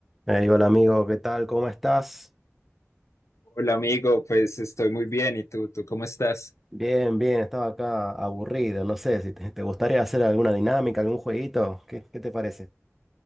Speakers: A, in the centre; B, on the left.
A: Ey, hola amigo, ¿qué tal? ¿Cómo estás?
B: Hola amigo, pues estoy muy bien. ¿Y tú, tú cómo estás?
A: Bien, bien, estaba acá aburrido, no sé si te, te gustaría hacer alguna dinámica, algún jueguito, ¿qué, qué te parece?